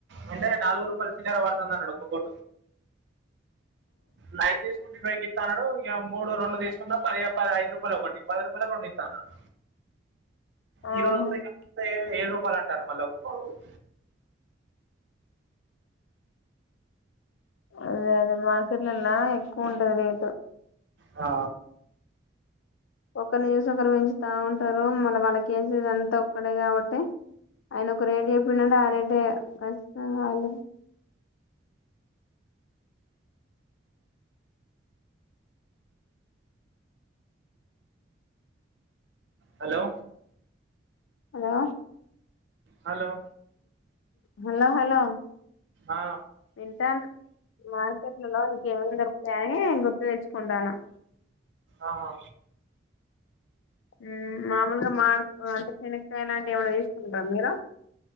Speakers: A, on the right; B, on the left.
A: వెంటనే నల్గు రూపాయ చిల్లర పాడుతోంది అన్నడు ఒక్కకోడ్ లైతీస్ టోన్టీ ఫైకిస్తానడు ఇగ మూడు రోండు తీస్కున్న పయ పద్ ఐద్ రూపాలోకటి పద్ రూపాలక్ రోండీస్తాన్నాడ్
B: ఆహా
A: ఈ రోజ్ ఏ అంటే ఏడ్ రూపాల్ అంటాండు మళ్ల ఒక కోడిగుడు
B: అదే అదే మార్కెట్ లున్న ఎక్కువుంటది రేటు
A: ఆ
B: ఒకరని చూసి ఒకరు పెంచుత ఉంటారు మళ్ళ వాళ్లకేసేది అంత ఒక్కడే కాబట్టి ఆయన ఒక రేట్ చెప్పిన్డంటే ఆ రేటే కచితంవలె
A: hello
B: hello
A: hello
B: hello hello
A: ఆ,
B: వింటాన్న మార్కెట్లలో ఇంకేమేమ్ దొరుక్తాయని గుర్తు తెచ్చ్కుంటానా
A: ఆహా
B: ఉమ్ మామూల్గా మార్ అంతే శనకాయ లాంటి ఏమైనా తీస్కుంటుంర మీరు